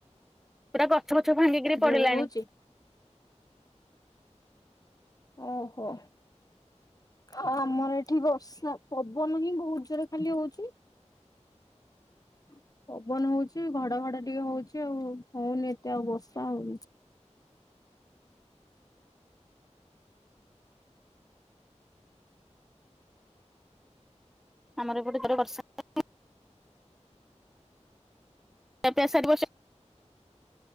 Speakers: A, in the centre; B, on the left.
A: ପୁରା ଗଛ ପଛ ଭାଙ୍ଗିକି
B: ଜୋରେ
A: ପଡିଲାଣି।
B: ହଉଛି? ଓହୋ। ଆ ଆମର ଏଠି ବର୍ଷା ପବନ ହିଁ ବହୁତ ଜୋରେ ଖାଲି ହଉଚି
A: <unintelligible>
B: ହଁ। <inaudible> ପବନ ହଉଚି ଘଡଘଡ ଟିକେ ହଉଚି ଆଉ ହଉନି ଏତେ ଆଉ ବର୍ଷା ହଉନି।
A: ଆମର ଏପଟେ <inaudible> ର ବର୍ଷା ଖିଆ ପିଆ <inaudible> ସେପ୍